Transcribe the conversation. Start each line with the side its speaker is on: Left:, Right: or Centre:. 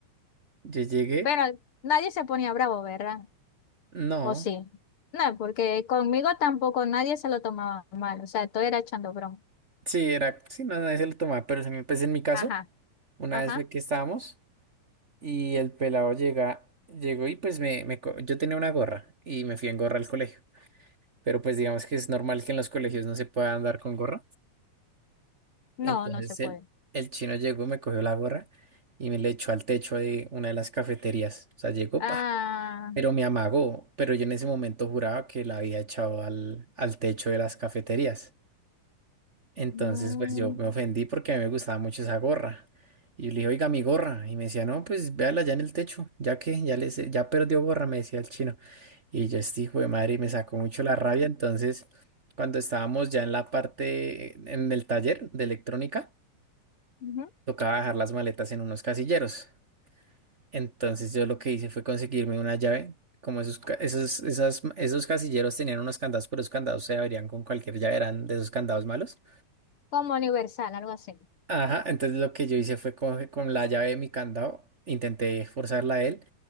Right: Yo llegué,
Left: Pero nadie se ponía bravo, ¿verdad?
Right: no.
Left: o sí. No, porque conmigo tampoco nadie se lo tomaba mal, o sea, todo era echando broma.
Right: Sí, era, sí, no, nadie se lo tomaba, pero se me- pues en mi caso,
Left: Ajá,
Right: una
Left: ajá.
Right: vez fue que estábamos y el pelado llega, llegó y pues me, me co- yo tenía una gorra y me fui en gorra al colegio, pero pues digamos que es normal que en los colegios no se pueda andar con gorra,
Left: No,
Right: entonces
Left: no se puede.
Right: el, el chino llegó, me cogió la gorra y me le echó al techo de una de las cafeterías, o sea, llegó,
Left: Ah,
Right: pa, pero me amagó, pero yo en ese momento juraba que la había echado al, al techo de las cafeterías. Entonces,
Left: mm,
Right: pues yo me ofendí porque a mí me gustaba mucho esa gorra. Y yo le dije, oiga, mi gorra. Y me decía, no, pues véala ya en el techo, ya que ya, les, ya perdió gorra, me decía el chino. Y yo, este hijo de madre, y me sacó mucho la rabia. Entonces, cuando estábamos ya en la parte, en el taller de electrónica,
Left: ujú.
Right: tocaba dejar las maletas en unos casilleros. Entonces, yo lo que hice fue conseguirme una llave. Como esos, ca- esos, esas- esos casilleros tenían unos candados, pero esos candados se abrían con cualquier llave, eran de esos candados malos.
Left: Como universal, algo así.
Right: Ajá, entonces lo que yo hice fue coge- con la llave de mi candado, intenté forzarla a él